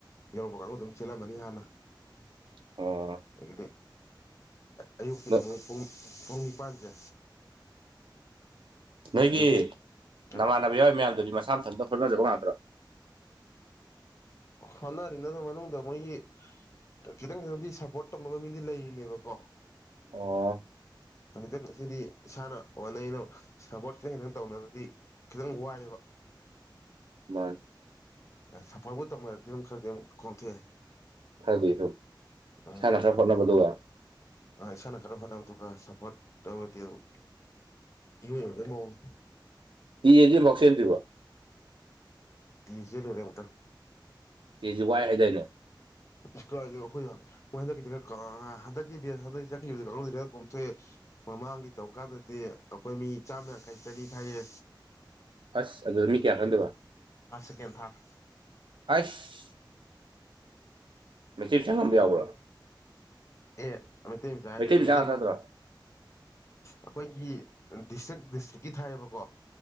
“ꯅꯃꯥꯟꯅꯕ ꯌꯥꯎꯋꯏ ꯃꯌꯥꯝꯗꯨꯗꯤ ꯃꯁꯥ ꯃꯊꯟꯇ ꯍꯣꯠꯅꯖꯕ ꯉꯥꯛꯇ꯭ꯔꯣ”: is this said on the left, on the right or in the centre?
Right